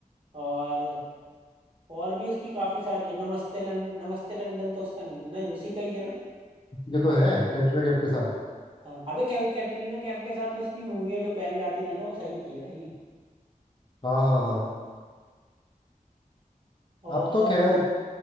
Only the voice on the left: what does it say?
ये तो है कैटरीना कैफ के साथ
हाँ हाँ हाँ
अब तो खैर